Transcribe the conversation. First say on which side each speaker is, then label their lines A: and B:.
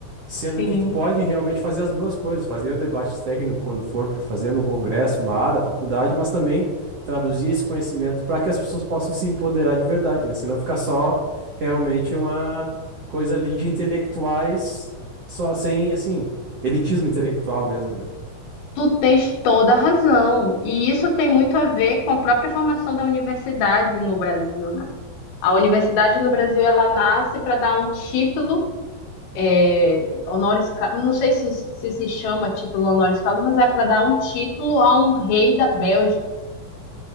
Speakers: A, on the right; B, on the left.
A: Sendo
B: Sim.
A: que tu pode realmente fazer as duas coisas, fazer o debate técnico quando for para fazer num congresso lá da faculdade, mas também traduzir esse conhecimento para que as pessoas possam se empoderar de verdade, né? Senão fica só realmente uma coisa ali de intelectuais, só sem, assim, elitismo intelectual mesmo, né?
B: Tu tens toda a razão. E isso tem muito a ver com a própria formação da universidade no Brasil, né? A universidade no Brasil, ela nasce para dar um título é, honoris causa, não sei se, se se chama título honoris causa, mas é para dar um título a um rei da Bélgica. assim.